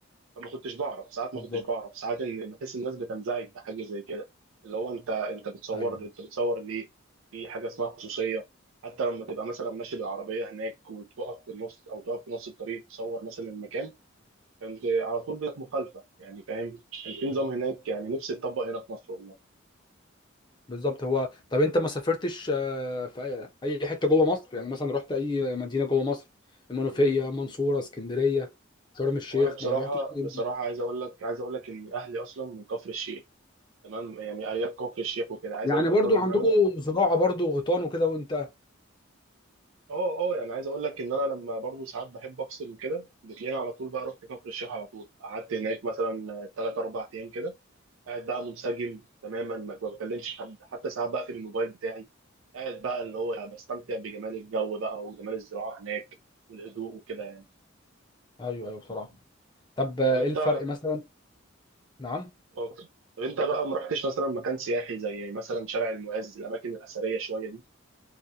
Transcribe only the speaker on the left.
بالظبط
ايوه
أيوة.
بالظبط هو طب انت ما سافرتش آه، في اي أي حته جوه مصر يعني مثلا رحت اي مدينه جوه مصر المنوفيه منصوره اسكندريه شرم الشيخ
ما رحتش أي
مدينة.
يعني
برضو
عندكم
زراعه برضو غيطان وكده وانت
ايوه ايوه بصراحه طب آه،
ايه الفرق مثلا نعم